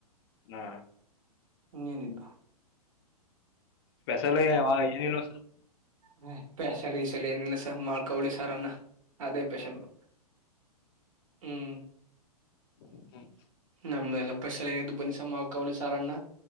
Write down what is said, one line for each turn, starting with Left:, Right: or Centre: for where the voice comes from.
Left: ನಾ
Right: ಇನೇನಿದ್ದು
Left: ಸ್ಪೆಷಲ್
Right: ಇಲ್ಲಿ ಬತ್ತುತ
Left: ಏನಿಲ್ಲ ಸರ್
Right: ಹ ಪೆಸಾಲ ಗಿಸಲ್ ಏನಿಲ್ಲ ಸ ಮಾಡ್ಕೋಳಿ ಸಾರನ್ನ ಅದೇ ಸ್ಪೆಷಲ್ಹ್ ಹುಂ
Left: ಹ್ಮ್
Right: ನಮ್ಮ ಎಲ್ಲ ಸ್ಪೆಷಲ್ ಏನು ಬನಸ ಮಾಲ್ಕಾವಳಿ ಸಾರಣ್ಣ